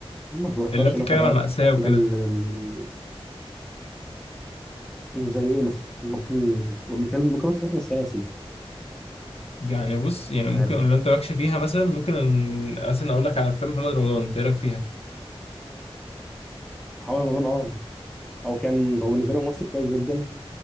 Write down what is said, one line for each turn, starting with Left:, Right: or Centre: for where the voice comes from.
Centre: ما اتذكرش
Left: اللي بتتكلم
Centre: ان انا تابعت
Left: على مأساة
Centre: افلام
Left: وكده
Centre: من ال... زي ايه مثلا ممكن تقول لي فيلم ممكن اتفرجت بس ناسي
Left: يعني بص يعني
Centre: مش
Left: ممكن
Centre: عارف
Left: لو أنت مالكش فيها مثلا ممكن مثلا أقول لك على أفلام محمد رمضان أنت إيه رأيك فيها؟
Centre: محمد رمضان اه هو كان هو بالنسبه لي ممثل كويس جدا